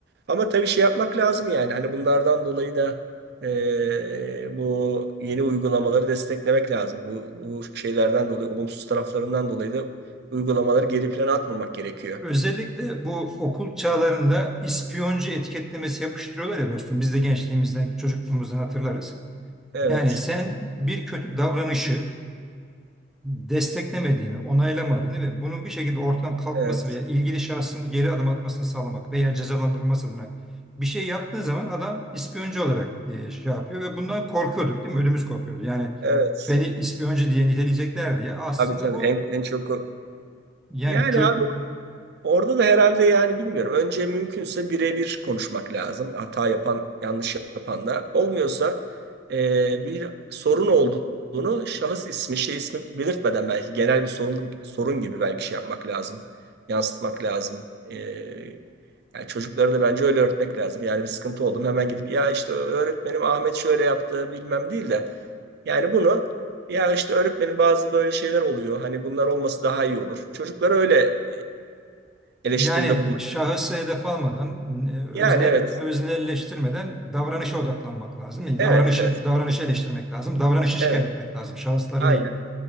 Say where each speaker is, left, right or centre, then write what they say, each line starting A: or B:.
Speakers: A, on the right; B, in the centre.
A: Ama tabii şey yapmak lazım yani hani bunlardan dolayı da e, bu yeni uygulamaları desteklemek lazım. Bu, bu şeylerden dolayı, olumsuz taraflarından dolayı da uygulamaları geri plana atmamak gerekiyor.
B: Özellikle bu okul çağlarında ispiyoncu etiketlemesi yapıştırıyorlar ya dostum biz de gençliğimizden çocukluğumuzdan hatırlarız.
A: Evet,
B: Yani sen bir kötü davranışı desteklemediğini, onaylamadığını ve bunun bir şekilde ortadan kalkması
A: evet,
B: veya ilgili şahsın geri adım atmasını sağlamak veya cezalandırılması adına bir şey yaptığı zaman adam ispiyoncu olarak e, şey yapıyor ve bundan korkuyorduk değil mi? Ödümüz kopuyordu. Yani
A: evet.
B: beni ispiyoncu diye niteleyecekler diye aslında
A: Abi tabii
B: bu
A: en, en çok o-
B: yani
A: yani
B: kötü
A: abi Orada da herhalde yani bilmiyorum. Önce mümkünse birebir konuşmak lazım. Hata yapan, yanlış yapan da. Olmuyorsa e, bir sorun olduğunu şahıs ismi, şey ismi belirtmeden belki genel bir sorun, sorun gibi belki şey yapmak lazım. Yansıtmak lazım. E, yani çocuklara da bence öyle öğretmek lazım. Yani bir sıkıntı oldum hemen gidip ya işte öğretmenim Ahmet şöyle yaptı bilmem değil de yani bunu ya işte öğretmenin bazı böyle şeyler oluyor. Hani bunlar olması daha iyi olur. Çocuklara öyle e, eleştiride
B: yani
A: bulmak.
B: şahısı hedef almadan, e,
A: Yani
B: özne,
A: evet.
B: öznelleştirmeden davranışa odaklanmak lazım. Yani
A: Evet,
B: davranışı,
A: evet,
B: davranışı eleştirmek lazım. Davranışı şikayet
A: evet.
B: etmek lazım. Şahısları
A: Aynen,
B: değil.